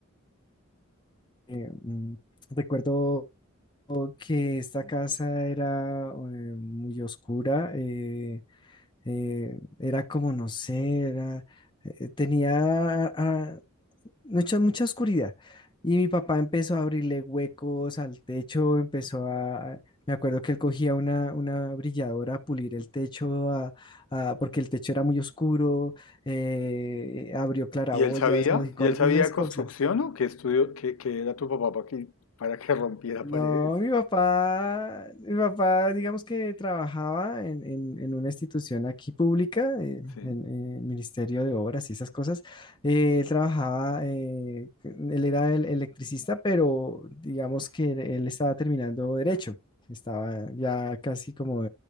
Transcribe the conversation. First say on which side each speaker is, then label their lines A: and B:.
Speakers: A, on the left (about 20°); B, on the left (about 75°).
A: Eh, mm, recuerdo que esta casa era eh, muy oscura, eh, eh, era como, no sé, era, eh, tenía ah, mucha, mucha oscuridad. Y mi papá empezó a abrirle huecos al techo, empezó a, a- me acuerdo que él cogía una, una brilladora a pulir el techo, a- a- porque el techo era muy oscuro, eh, abrió claraboyas,
B: ¿Y él sabía?
A: modificó
B: ¿Y
A: algunas
B: él sabía construcción
A: cosas.
B: o qué estudió, qué, qué era tu papá para que, para que <laughs> rompiera
A: No,
B: paredes?
A: mi papá, mi papá, digamos que trabajaba en, en- en una institución aquí pública, eh,
B: Sí.
A: en el Ministerio de Obras y esas cosas. Eh, él trabajaba, eh, él era el electricista, pero digamos que él, él estaba terminando derecho. Estaba ya casi como,